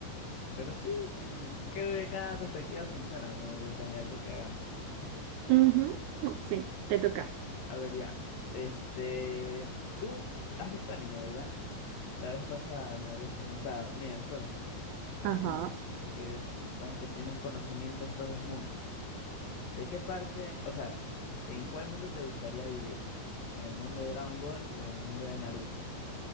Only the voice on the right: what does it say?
Ujú, Sí, te toca.
Ajá.